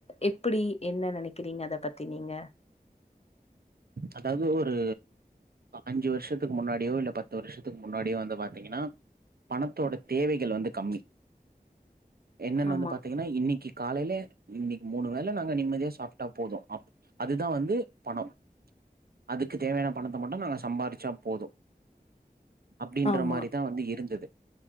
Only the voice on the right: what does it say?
அதாவது ஒரு அஞ்சு வருஷத்துக்கு முன்னாடியோ இல்ல பத்து வருஷத்துக்கு முன்னாடியோ வந்து பாத்தீங்கன்னா பணத்தோட தேவைகள் வந்து கம்மி என்னன்னு
வந்து பாத்தீங்கன்னா இன்னக்கி காலையிலே இன்னைக்கு மூணு வேலை நாங்க நிம்மதியா சாப்பிட்டா போதும் அதுதான் வந்து பணம் அதுக்கு தேவையான பணத்த மட்டும் நாங்க சம்பாதிரிச்சா போதும் அப்படின்ற
மாரிதான் வந்து இருந்தது